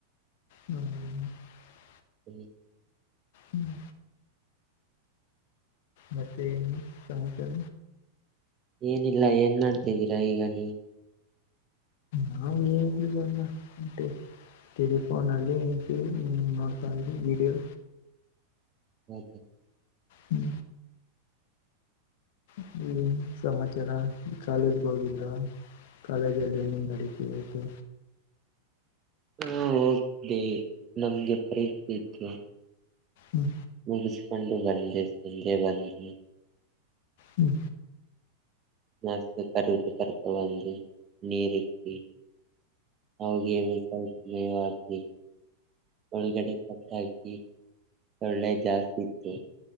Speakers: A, on the left; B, on the right.
A: ಹ್ಮ <inaudible>
B: ಹ್ಮ
A: ಹ್ಮ್ ಮತ್ತೆ ಏನು ಸಮಾಚಾರ
B: ಏನಿಲ್ಲ ಏನ್ ಮಾಡ್ತಿದೀರ ಈಗ ನೀವು
A: ನಾ <inaudible> ವನ್ನಟ್ಟೆ ಟೆಲಿಫೋನ್ ಅಲ್ಲಿ ಎನ <unintelligible> ಹ್ಮ ನೋಡ್ತಾ <inaudible> ವೀಡಿಯೋ
B: ಹೌದು <unintelligible>
A: ಹ್ಮ್ ಹ್ಮಏನ್ ಸಮಾಚಾರ ಕಾಲೇಜ್ಗೆ ಹೋಗಿಡಡ್ರಾ ಕಾಲೇಜ್ ಏನೇನ್ ನಡೀತು ಇವತ್ತು
B: ಹಾ ಹೋಗ್ದೆ ನಮ್ಗೆ <unintelligible> ಫರೀಕ್ ಇತ್ತು
A: ಹ್ಮ್
B: ಮುಗಿಸಕೊಂಡು ಬಂದೆ ಸಂಜೆ ಬಂದು <unintelligible>
A: ಹ್ಮ್
B: <unintelligible> ನಸು ಕರು ಕರುಕಂದು <unintelligible> ನೀರಿಕ್ಕಿ ಅವಿಗೆನು ಸ್ವಲ್ಪಮೇವಕೀ ಒಳಗಡೆ ಕಟ್ಟ ಹಾಕಿ ಸೊಳ್ಳೆ ಜಾಸ್ತಿ ಇತ್ತು